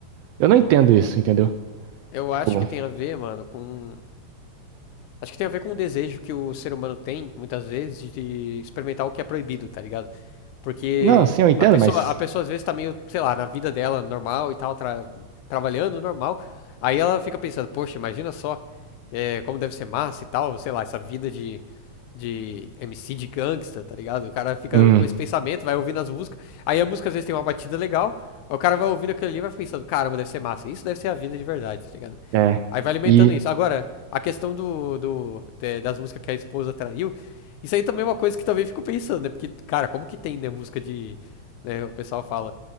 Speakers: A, on the right; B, on the left.
A: eu não entendo isso, entendeu?
B: Eu
A: Tipo,
B: acho que tem a ver, mano, com. Acho que tem a ver com o desejo que o ser humano tem, muitas vezes, de experimentar o que é proibido, tá ligado? Porque
A: não, sim, eu entendo,
B: a pessoa,
A: mas
B: a pessoa às vezes tá meio, sei lá, na vida dela normal e tal, tra- trabalhando normal. Aí ela fica pensando, poxa, imagina só é, como deve ser massa e tal, sei lá, essa vida de, de MC de gangsta, tá ligado? O cara fica
A: Hum,
B: com esse pensamento, vai ouvindo as músicas. Aí a música às vezes tem uma batida legal, aí o cara vai ouvindo aquilo ali e vai pensando, caramba, deve ser massa. Isso deve ser a vida de verdade, tá ligado?
A: é.
B: Aí vai alimentando
A: E.
B: isso. Agora, a questão do, do, de- das músicas que a esposa traiu. Isso aí também é uma coisa que também fico pensando, né? Porque, cara, como que tem, né, música de. né, o pessoal fala.